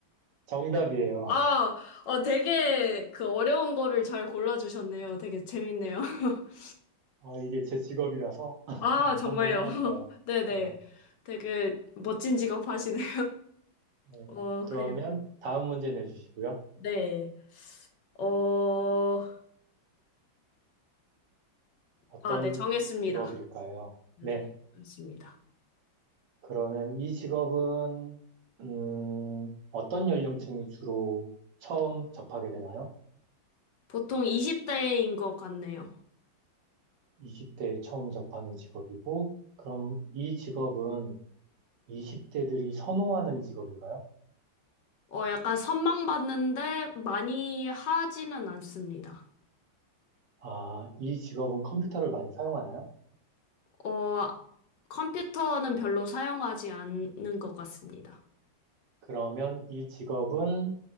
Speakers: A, on the right (about 60°); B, on the left (about 65°).
A: 정답이에요.
B: 아,
A: <laughs>
B: 어, 되게 그 어려운 거를 잘 골라주셨네요. 되게 재밌네요. <laughs>
A: 어, 이게 제 직업이라서 <laughs>
B: 아, 정말요.
A: 한번 해봤어요.
B: <laughs> 네네.
A: 네.
B: 되게 멋진 직업 하시네요.
A: 네.
B: <laughs> 어,
A: 그러면
B: 그리고,
A: 다음 문제 내주시고요.
B: 네. 어,
A: 어떤
B: 아, 네, 정했습니다.
A: 직업일까요? 네.
B: 네 맞습니다.
A: 그러면 이 직업은, 음, 어떤 연령층이 주로 처음 접하게 되나요?
B: 보통 20대인 것 같네요.
A: 20대에 처음 접하는 직업이고, 그럼 이 직업은 20대들이 선호하는 직업인가요?
B: 어, 약간 선망받는데 많이 하지는 않습니다.
A: 아, 이 직업은 컴퓨터를 많이 사용하나요?
B: 어, 컴퓨터는 별로 사용하지 않는 것 같습니다.
A: 그러면 이 직업은